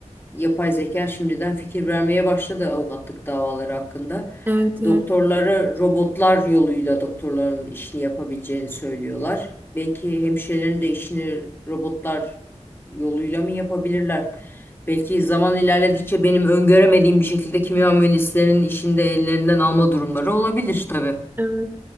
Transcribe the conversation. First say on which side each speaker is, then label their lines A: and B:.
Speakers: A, on the left; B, on the right.
A: yapay zeka şimdiden fikir vermeye başladı avukatlık davaları hakkında.
B: Evet, evet.
A: Doktorlara robotlar yoluyla doktorların işini yapabileceğini söylüyorlar. Belki hemşirelerin de işini robotlar yoluyla mı yapabilirler? Belki zaman ilerledikçe benim öngöremediğim bir şekilde kimya mühendislerinin işini de ellerinden alma durumları olabilir tabii.
B: Evet.